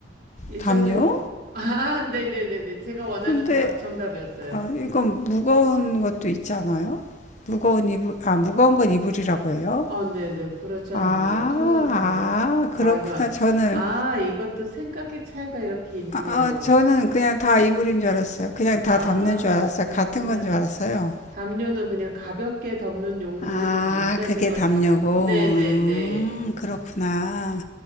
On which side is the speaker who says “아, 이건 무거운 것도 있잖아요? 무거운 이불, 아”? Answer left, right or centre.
Left